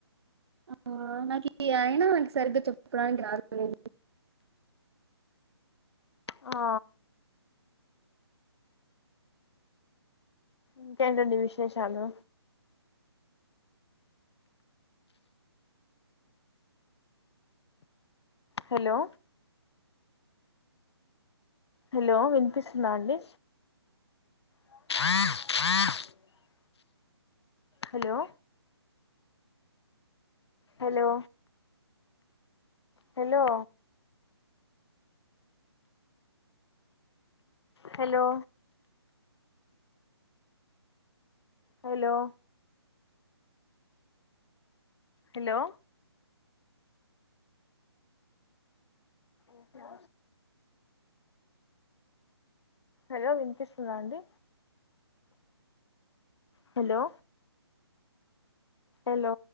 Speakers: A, on the right; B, on the left.
A: ఆ నాకు అయినా నాకు సరిగ్గా చెప్పుడానికి రాదు
B: ఆ ఇంకేంటండి విశేషాలు హలో హలో వినిపిస్తుందా అండి <unintelligible> hello hello hello hello hello hello ఓక హలో వినిపిస్తుందా అండి హలో హలో